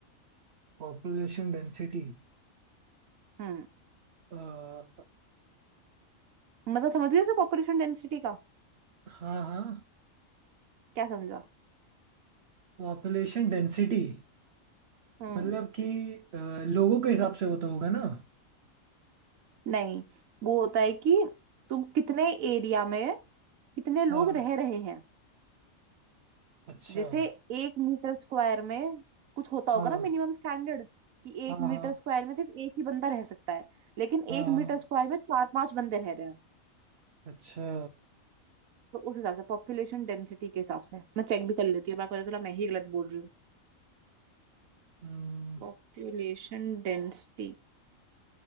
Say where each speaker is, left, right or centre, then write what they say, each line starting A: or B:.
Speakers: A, on the right; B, on the right.
A: पॉपुलेशन डेंसिटी
B: हम्म
A: आ,
B: मतलब समझ गए पॉपुलेशन डेंसिटी का
A: हाँ हाँ
B: क्या समझा
A: पॉपुलेशन डेंसिटी
B: हम्म
A: मतलब कि अ, लोगों के हिसाब से वो तो होगा ना
B: नहीं वो होता है कि तुम कितने एरिया में कितने लोग
A: हाँ
B: रह रहे हैं
A: अच्छा
B: जैसे एक मीटर स्क्वायर में कुछ होता होगा
A: हाँ
B: ना मिनिमम स्टैंडर्ड कि
A: हाँ
B: एक
A: हाँ
B: मीटर स्क्वायर में सिर्फ एक ही बंदा रह सकता है लेकिन
A: हाँ
B: एक मीटर
A: हाँ
B: स्क्वायर में चार पांच बंदे रह रहे हैं
A: अच्छा
B: तो उस हिसाब से पॉपुलेशन डेंसिटी के हिसाब से मैं चेक भी कर लेती हूँ मैं पता चला मैं ही गलत बोल रही हूँ
A: हम्म
B: Population density